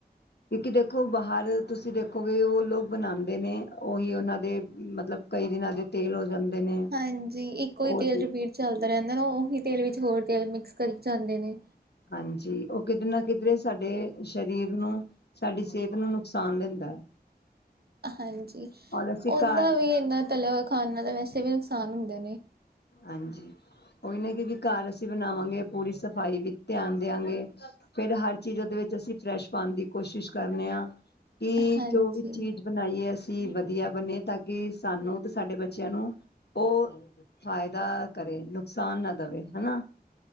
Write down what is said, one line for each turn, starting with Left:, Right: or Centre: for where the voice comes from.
Left: ਕਿਉਂਕਿ ਦੇਖੋ ਬਾਰ ਤੁਸੀਂ ਦੇਖੋਗੇ ਓ ਲੋਕ ਬਣਾਂਦੇ ਨੇ, ਓਈ ਓਨਾਂ ਦੇ ਮਤਲਬ ਕਈ ਦਿਨਾਂ ਦੇ ਤੇਲ ਹੋ ਜਾਂਦੇ ਨੇ।
Right: ਹਾਂਜੀ, ਇੱਕੋ ਈ
Left: ਉਹ
Right: ਤੇਲ ਰਿਪੀਟ ਚੱਲਦਾ ਰੈਂਦਾ ਨਾ, ਓਹੀ ਤੇਲ ਵਿੱਚ ਹੋਰ ਤੇਲ ਮਿਕਸ ਕਰੀ ਜਾਂਦੇ ਨੇ।
Left: ਹਾਂਜੀ, ਓ ਕਿਧਰੇ ਨਾ ਕਿਧਰੇ ਸਾਡੇ ਸ਼ਰੀਰ ਨੂੰ ਸਾਡੀ ਸੇਹਤ ਨੂੰ ਨੁਕਸਾਨ ਦਿੰਦੈ।
Right: ਹਾਂਜੀ,
Left: ਅਸੀਂ
Right: ਓਦਾਂ
Left: ਘਰ
Right: ਵੀ ਏਨਾਂ ਤਲਿਆ ਖਾਣ ਨਾਲ ਵੈਸੇ ਵੀ ਨੁਕਸਾਨ ਹੁੰਦੇ ਨੇ।
Left: ਹਾਂਜੀ, ਉਹੀ ਨਾ ਕਿੳਕਿ ਘਰ ਅਸੀਂ ਬਨਾਵਾਂਗੇ ਪੂਰੀ ਸਫ਼ਾਈ ਵਿੱਚ ਧਿਆਨ ਦਿਆਂਗੇ। ਫਿਰ ਹਰ ਚੀਜ਼ ਉਹਦੇ ਵਿੱਚ ਅਸੀਂ ਫਰੈਸ਼ ਪਾਨ ਦੀ ਕੋਸ਼ਿਸ਼ ਕਰਨੇ ਆ ਕਿ
Right: ਹਾਂਜੀ
Left: ਜੋ ਵੀ ਚੀਜ਼ ਬਨਾਈਏ ਅਸੀਂ ਵਧੀਆ ਬਨੇ ਤਾਂ ਕਿ ਸਾਨੂੰ ਤੇ ਸਾਡੇ ਬੱਚੇਆਂ ਨੂੰ ਉਹ ਫਾਇਦਾ ਕਰੇ ਨੁਕਸਾਨ ਨਾ ਦਵੇ ਹਨਾ।